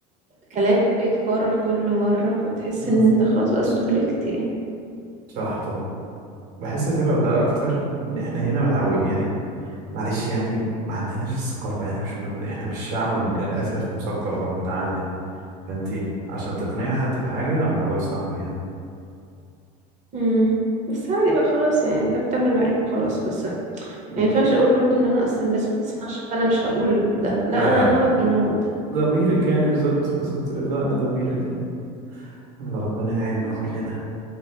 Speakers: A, on the right; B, on the right.
A: كلام بيتكرر كل مرة فبتحس
B: مم.
A: ان انت خلاص بقى استهلكت يعني
B: صح طبعا بحس السبب ده اكتر ان احنا هنا متعود يعني معلش يعني ما عندناش الثقافة احنا مش م- احنا مش شعب م- للأسف مثقف او متعلم فانت عشان تقنعي حد بحاجة الموضوع صعب يعني
A: امم بس عادي بقى خلاص يعني انت بتعمل اللي عليك وخلاص بس
B: مم.
A: ما ينفعش اقول برضو ان انا اصل الناس ما بتسمعش فانا مش هقول ده لا
B: لا لا
A: انا انا واجبي ان انا اقول ده
B: ضميرك يعني بالظبط بالظبط إرضاء لضميرك يعني الله ربنا يعيننا
A: بس.
B: كلنا